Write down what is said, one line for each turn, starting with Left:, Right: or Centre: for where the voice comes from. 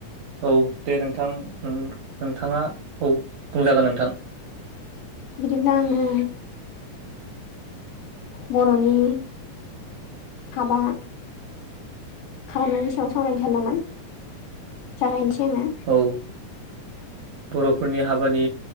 Right: औ दे नोंथां नोंथांङा औ बुंजागोन नोंथां
Left: बिदिब्ला आङो बर'नि हाबा खालामनायनि सायाव सावरायनो सानदोंमोन जागायनोसै आङो
Right: औ बर'फोरनि हाबानि